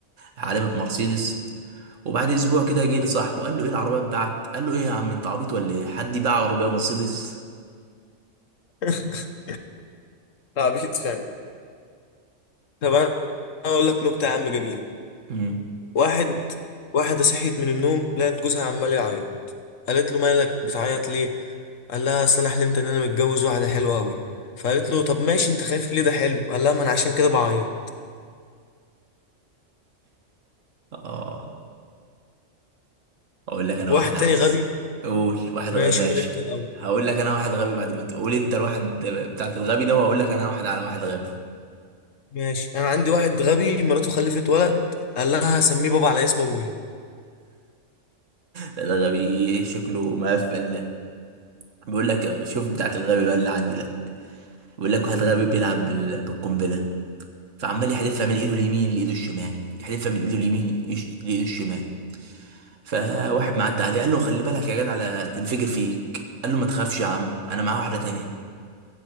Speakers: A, on the right; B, on the left.
A: علامة مرسيدس وبعد اسبوع كده جه لصاحبه قال له ايه العربية اتباعت قال له ايه يا عم انت عبيط ولا ايه حد يباع عربية مرسيدس
B: <laughs> عبيط فعلا طب انا اقول لك نكته يا عم جميل
A: امم
B: واحد واحده صحيت من النوم لقت جوزها عمال يعيط قالت له مالك بتعيط ليه قال لها اصل انا حلمت ان انا متجوز واحده حلوه قوي فقالت له طب ماشي انت خايف ليه ده حلم قال لها ما انا عشان كده بعيط
A: اه اقول لك انا
B: واحد
A: واحد احس
B: تاني غبي
A: قول واحد
B: ماشي
A: غبي ماشي
B: قول انت الاول
A: هقول لك انا واحد غبي بعد ما تقول انت الواحد بتاعت الغبي ده وهقول لك انا واحد على واحد غبي
B: ماشي انا عندي واحد غبي مراته خلفت ولد قال لها هسميه بابا على اسم ابويا
A: ده ده غبي شكله مقفل ده بيقول لك شوف بتاعت الغبي بقى اللي عندي ده بيقول لك واحد غبي بيلعب بال- بالقنبله فعمال يحدفها من ايده اليمين لايده الشمال يحدفها من ايده اليمين يش- لايده الشمال فواحد معدي عليه قال له خلي بالك يا جدع لا تنفجر فيك قال له ما تخافش يا عم انا معايا واحده تانية